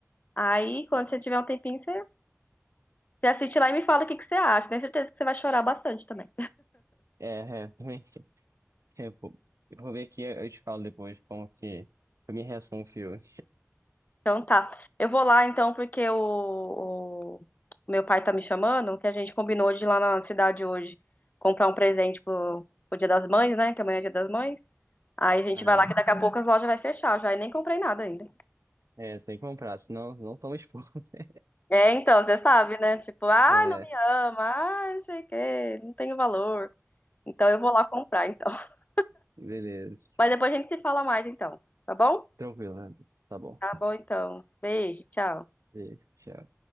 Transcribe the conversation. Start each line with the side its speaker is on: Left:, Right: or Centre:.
Left: Aí, quando você tiver um tempinho, você, você assiste lá e me fala o que que você acha. Tenho certeza que você vai chorar bastante também.
Right: É, é, também. <laughs> é, bom. eu vou ver aqui, eu te falo depois como que. A minha reação ao filme.
Left: Então tá. Eu vou lá então, porque o, o o meu pai tá me chamando, que a gente combinou de ir lá na cidade hoje comprar um presente pro, pro Dia das Mães, né? Que amanhã é Dia das Mães. Aí a gente
Right: Ah,
Left: vai
Right: é.
Left: lá que daqui a pouco as lojas vai fechar já. E nem comprei nada ainda.
Right: É, tem que comprar, senão, senão toma expor <laughs>
Left: É, então, você sabe, né? Tipo, ah,
Right: É,
Left: não me ama, ah, não sei o quê, não tenho valor. Então eu vou lá comprar, então. <laughs>
Right: beleza.
Left: Mas depois a gente se fala mais, então. Tá bom?
Right: Tranquilo, né? Tá bom.
Left: Tá bom, então. Beijo, tchau.
Right: Beijo, tchau.